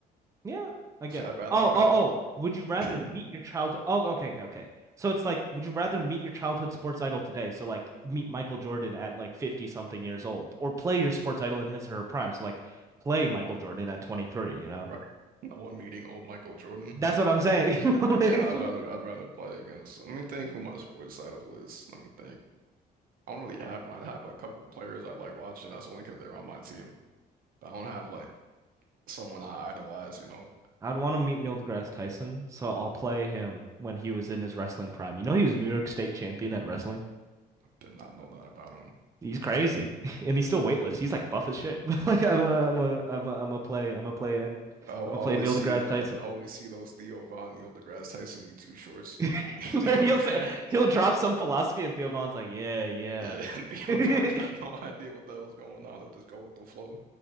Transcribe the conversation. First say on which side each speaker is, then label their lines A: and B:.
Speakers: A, on the right; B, on the right.
A: Yeah, I
B: See,
A: get.
B: I'd rather,
A: Oh,
B: I'd rather.
A: oh, oh. Would you rather
B: <clears throat>
A: meet your childhood? Oh, okay, okay, okay. So it's like, would you rather meet your childhood sports idol today? So like, meet Michael Jordan at like 50 something years old, or play your sports idol in his or her prime. So like, play Michael Jordan at 23, you know?
B: Right. No one meeting old Michael Jordan.
A: That's what I'm saying. <laughs> Like,
B: Yeah, I'd rather I'd rather play against. Let me think who my sports idol is. Let me think. I don't really have one. I have a couple of players I like watching. That's only because they're on my team. But I don't have like someone I idolize. You know,
A: I'd want to meet Neil deGrasse Tyson, so I'll play him when he was in his wrestling prime. You know, he was New York State champion at wrestling.
B: did not know that about him.
A: He's crazy, <laughs> and he still weightlifts. He's like buff as shit. <laughs> But like, I'm a, I'm a, I'm a, I'm a play, I'm a play, and
B: Oh,
A: I'm
B: I always
A: a play Neil
B: see
A: deGrasse
B: uh,
A: Tyson.
B: I always see those Theo Von, Neil deGrasse Tyson YouTube shorts.
A: <laughs> Where
B: <laughs> Neil
A: he'll
B: deGrasse,
A: say, he'll drop some philosophy, and Theo Vaughn's like, yeah, yeah,
B: <laughs> yeah, Theo
A: <laughs> yeah.
B: Von got no idea what the hell's going on. They'll just go with the flow.